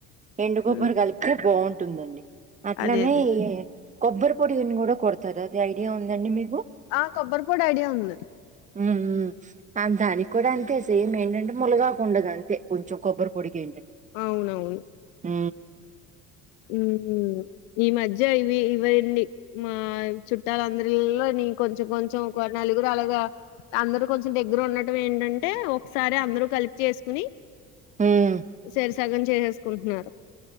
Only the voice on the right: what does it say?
ఎండుకొబ్బరి
కలిపితే బాగుంటుందండి అట్లనే
ఈ కొబ్బరి పొడి అ కూడా కొడతారు అది ఐడియా ఉందండి మీకు
ఊ ఊ దానికి కూడా అంతే సేమ్ ఏంటంటే ములగకు ఉండదు అంతే కొంచెం కొబ్బరి పొడికి ఏంటంటే
ఊ
హ్మ్